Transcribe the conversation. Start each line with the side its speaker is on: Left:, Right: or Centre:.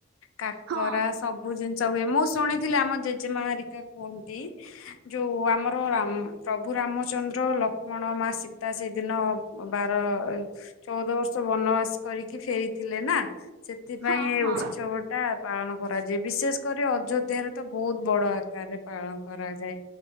Left: କାକରା
Right: ହଁ
Left: ସବୁ ଜିନିଷ ହୁଏ ମୋସ୍ ଶୁଣିଥିଲେ ଆମ ଜେଜେମା ହେରିକା କୁହନ୍ତି ଯୋଉ ଆମର ରାମ ପ୍ରଭୁ ରାମଚନ୍ଦ୍ର ଲକ୍ଷ୍ମଣ ମା ସୀତା ସେଦିନ ବାର ଚଉଦ ବର୍ଷ ବନବାସ କରିକି ଫେରିଥିଲେ ନା। ସେଥିପାଇଁ
Right: ହଁ
Left: ଏ
Right: ହଁ
Left: ଉତ୍ସବ ଟା ପାଳନ କରାଯି ବିଶେଷ କରି ଅଯୋଧ୍ୟାରେ ତ ବହୁତ ବଡ ଆକାରରେ ପାଳନ କରାଯାଏ